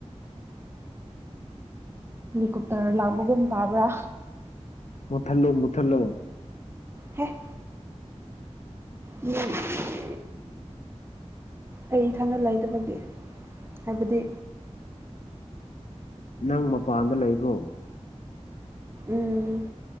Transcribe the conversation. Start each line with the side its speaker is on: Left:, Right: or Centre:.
Right: ꯀꯨꯞꯇꯔ ꯂꯥꯛꯄꯒꯨꯝ ꯇꯥꯕ꯭ꯔꯥ
Left: ꯃꯨꯊꯜꯂꯨ ꯃꯨꯊꯜꯂꯨ
Right: ꯍꯦꯛ ꯎꯝ ꯑꯩ ꯏꯊꯥꯗ ꯂꯩꯇꯕꯒꯤ ꯍꯥꯏꯕꯗꯤ
Left: ꯅꯪ ꯃꯄꯥꯟꯗ ꯂꯩꯕ꯭ꯔꯣ
Right: ꯎꯝ